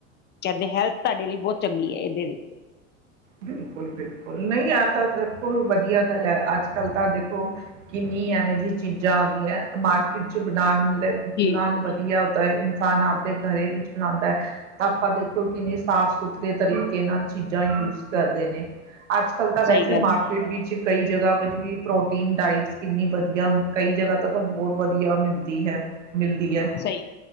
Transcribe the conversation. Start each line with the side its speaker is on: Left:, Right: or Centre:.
Left: ਕਹਿੰਦੇ, ਹੈਲਥ ਤੁਹਾਡੇ ਲਈ ਬਹੁਤ ਚੰਗੀ ਹੈ ਇਹਦੇ,
Right: ਬਿਲਕੁਲ, ਬਿਲਕੁਲ, ਨਹੀਂ ਆ ਤਾਂ ਦੇਖੋ ਵਧੀਆ ਗੱਲ ਹੈ ਅੱਜ ਕੱਲ ਤਾਂ ਦੇਖੋ। ਕਿੰਨੀ ਐਵੇਂ ਜਿਹੀ ਚੀਜ਼ਾਂ ਆਦੀਆਂ ਮਾਰਕੀਟ ਚ ਬਣਾਣ ਲੋ
Left: ਜੀ
Right: ਨਾਲ ਵਧੀਆ, ਇਨਸਾਨ ਆਪਦੇ ਘਰੇ ਵਿੱਚ ਬਣਾਦਾ ਹੈ। ਤਾਂ ਆਪਾਂ ਦੇਖੋ ਕਿੰਨੀ ਸਾਫ਼ ਸੁਥਰੇ ਤਰੀਕੇ ਨਾਲ ਚੀਜ਼ਾਂ ਯੂਜ ਕਰਦੇ ਨੇ ਅੱਜ-ਕੱਲ ਤਾਂ ਵੈਸੇ
Left: ਸਹੀ ਗੱਲ
Right: ਮਾਰ ਵਿੱਚ ਕਈ ਜਗ੍ਹਾ ਵਿੱਚ ਵੀ ਪ੍ਰੋਟੀਨ ਡਾਇਟਸ ਕਿੰਨੀ ਵਧੀਆ, ਕਈ ਜਗ੍ਹਾ ਤਾਂ ਤਾਂ ਬਹੁਤ ਵਧੀਆ ਮਿਲਦੀ। ਹੈ ਮਿਲਦੀ ਹੈ।
Left: ਸਹੀ